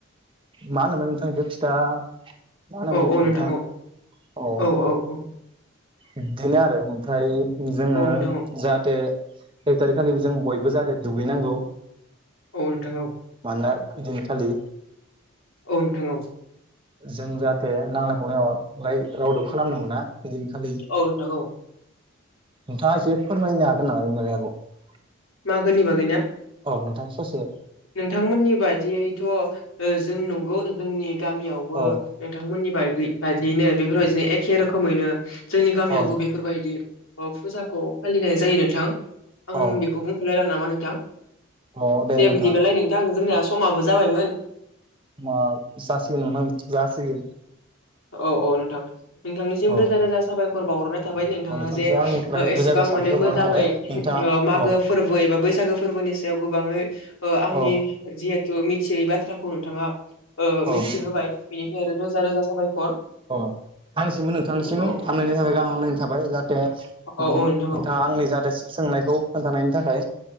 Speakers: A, on the right (about 25°); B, on the left (about 75°).
A: मा होनोमोन नोंथां <unintelligible> फिथा मा होनोमोन
B: औ औ
A: नोंथां
B: औ
A: अ
B: औ औ औ
A: इददिनो आरो ओमफ्राय जोङो
B: औ नोंथां औ
A: जाहाते एक तारिक खालिबो जों बयबो जाहाथे दुगैनांगौ।
B: औ नोंथां औ।
A: ना इदिन खालि
B: औ नोंथां औ।
A: जों जाहाते नांलाय खमलाय माबालाय रावदोबो खालामनो मोना बिदिनखालि
B: औ नोंथां औ।
A: नोंथाङा एसे फोरमायनो हागोन नामा इनि बागै आरोबाव
B: मागोनि बागैना
A: औ नोंथां ससे
B: नोंथांमोननि बादियैथ' ओ जों नंगौ जोंनि गामियावबो
A: औ
B: नोंथांमोननि बागै बायदियैनो बेफोरबायदिनो एखे रोखोमैनो जोंनि गामियावबो
A: औ
B: बेफोरबायदि अ फुजाखौ फालिनाय जायो नोंथां आं
A: औ
B: बेखौ बुंथ'लायला नामा नोंथां।
A: औ
B: दे
A: नोंथां
B: बिदिब्लालाय नोंथां जोंनिया समाबो जाबायमोन।
A: मा जासिगोन नोंथां जासिगोन।
B: औ औ नोंथां। नोंथांनिसिम
A: औ
B: रोजा रोजा साबायखर बावहरनाय थाबाय नोंथाङा
A: औ नोंथांनिसिम
B: जे
A: आंनिफ्राय
B: ओ एसेबां
A: रोजा रोजा साबायखर
B: माने मोजाङै
A: बावनाय थाबाय नोंथाङा
B: ओ मागो
A: अ
B: फोरबो एबा बैसागो फोरबोनि सायाव गोबाङै ओ आंनि
A: औ
B: जिहे तु मिथियै बाथ्राखौ नोंथाङा ओ मिथिहोबाय
A: औ
B: बेनिफ्राय आरो रोजा रोजा साबायखर
A: अ आंनिसिमबो नोंथांनिसिम
B: औ औ
A: हामलायनाय थाबाय गाहाम हामलायनाय थाबाय जाहाते
B: औ
A: नों
B: औ नोंथां औ
A: नोंथाङा आंनि जाहाते सोंनायखौ खोन्थानायनि थाखाय